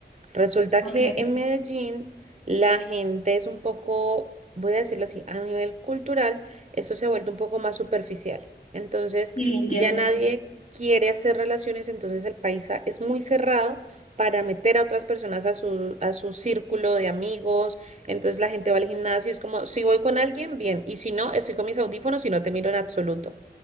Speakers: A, on the right (about 40°); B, on the left (about 45°).
A: Resulta
B: Ok,
A: que en Medellín la gente es un poco, voy a decirlo así, a nivel cultural, esto se ha vuelto un poco más superficial. Entonces,
B: sí, entiendo.
A: ya nadie quiere hacer relaciones, entonces el paisa es muy cerrado para meter a otras personas a su, a su círculo de amigos. Entonces la gente va al gimnasio, es como, si voy con alguien, bien, y si no, estoy con mis audífonos y no te miro en absoluto.